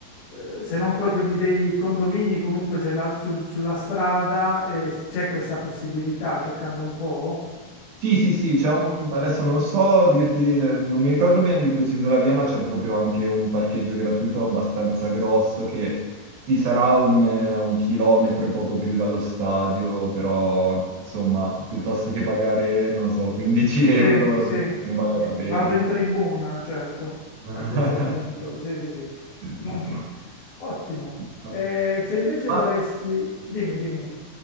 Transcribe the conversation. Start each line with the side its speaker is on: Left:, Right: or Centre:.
Left: eh, se non
Right: mm.
Left: proprio di dei condomini, comunque se la- sul- sulla strada eh, c'è questa possibilità cercando un po'?
Right: Sì, sì, sì, c'è un... adesso non so dirti, eh, non mi ricordo bene di preciso la via, ma c'è proprio anche un parcheggio gratuito abbastanza grosso che sì, sarà un, eh, un chilometro e poco più dallo stadio, però insomma, piuttosto che pagare, non lo so, 15
Left: Sì,
Right: <laughs> euro
Left: sì,
Right: ne vale
Left: mi-
Right: la pena.
Left: vado in tribuna, certo,
Right: <laughs>
Left: a questo punto, sì, sì, sì.
Right: Sì,
Left: Mo-
Right: sì,
Left: <laughs>
Right: sì.
Left: Ottimo.
Right: Infatti.
Left: Eh, se invece volessi,
Right: Ah,
Left: dimmi, dimmi.